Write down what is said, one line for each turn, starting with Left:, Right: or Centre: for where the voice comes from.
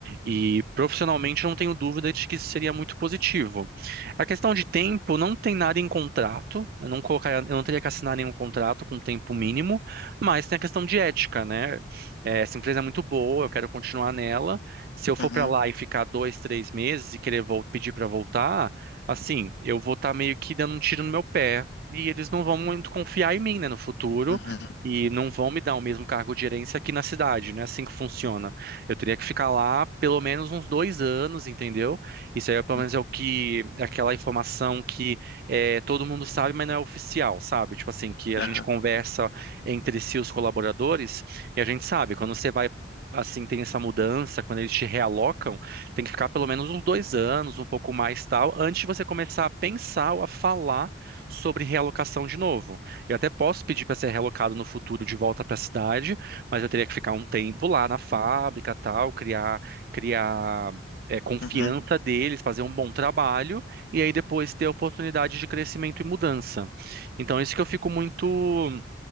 Right: E profissionalmente, eu não tenho dúvida de que isso seria muito positivo. A questão de tempo não tem nada em contrato. Eu não colocaria, eu não teria que assinar nenhum contrato com tempo mínimo, mas tem a questão de ética, né? É, essa empresa é muito boa, eu quero continuar nela. Se eu for
Left: Uhum.
Right: para lá e ficar dois, três meses e querer vol- pedir para voltar, assim, eu vou estar meio que dando um tiro no meu pé e eles não vão muito confiar em mim, né, no futuro.
Left: Uhum.
Right: E não vão me dar o mesmo cargo de gerência aqui na cidade, né? Assim que funciona. Eu teria que ficar lá pelo menos uns dois anos, entendeu? Isso aí, é, pelo
Left: Uhum.
Right: menos, é o que, é aquela informação que é, todo mundo sabe, mas não é oficial, sabe? Tipo assim, que a
Left: Aham.
Right: gente conversa entre si, os colaboradores, e a gente sabe, quando você vai, assim, tem essa mudança, quando eles te realocam, tem que ficar pelo menos uns dois anos, um pouco mais tal, antes de você começar a pensar ou a falar sobre realocação de novo. Eu até posso pedir para ser realocado no futuro de volta para a cidade, mas eu teria que ficar um tempo lá na fábrica, tal, criar criar é, confiança
Left: Uhum.
Right: deles, fazer um bom trabalho e aí depois ter oportunidade de crescimento e mudança. Então, isso que eu fico muito